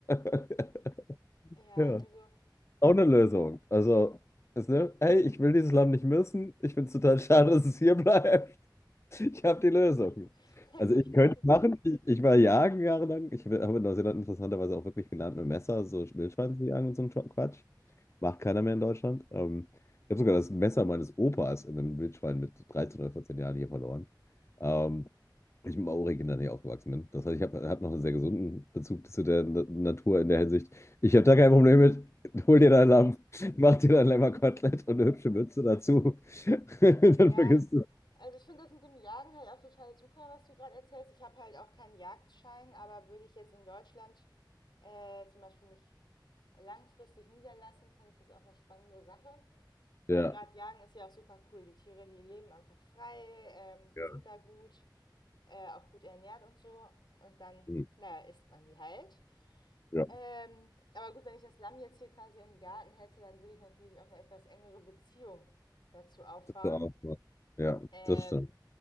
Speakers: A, on the left (about 35°); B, on the left (about 70°).
A: <laughs>
B: Ja,
A: Ja,
B: also,
A: auch eine Lösung. Also, ist, ne? Hey, ich will dieses Lamm nicht missen. Ich finde es total schade, dass es hier bleibt. Ich habe die Lösung.
B: <laughs> also
A: Also ich
B: ich weiß
A: könnte
B: nicht.
A: machen, ich, ich war jagen jahrelang. Ich habe in Neuseeland interessanterweise auch wirklich gelernt, mit Messer so Wildschweine zu jagen und so ein Quatsch. Macht keiner mehr in Deutschland. Ähm, ich habe sogar das Messer meines Opas in einem Wildschwein mit 13 oder 14 Jahren hier verloren. Ähm, ich mit Maori-Kindern hier aufgewachsen bin. Das heißt, ich habe hab noch einen sehr gesunden Bezug zu der Na Natur in der Hinsicht. Ich habe da kein Problem mit. Hol dir dein Lamm, mach dir dein Lämmerkotelett und eine hübsche Mütze dazu. <laughs> Dann
B: Ja,
A: vergisst du es.
B: also ich finde das mit dem Jagen halt auch total super, was du gerade erzählst. Ich habe halt auch keinen Jagdschein, aber würde ich jetzt in Deutschland äh, zum Beispiel mich langfristig niederlassen, fände ich das auch eine spannende Sache. Weil
A: Ja.
B: gerade Jagen ist ja auch super cool. Die Tiere, die leben einfach frei, ähm, die
A: Ja.
B: sind da gut, äh, auch gut ernährt und so. Und dann,
A: Hm.
B: naja, isst man die halt.
A: Ja,
B: Ähm, aber gut, wenn ich das Lamm jetzt hier quasi im Garten hätte, dann würde ich natürlich auch eine etwas engere Beziehung dazu aufbauen.
A: das ist auch so. Ja,
B: Ähm,
A: das stimmt.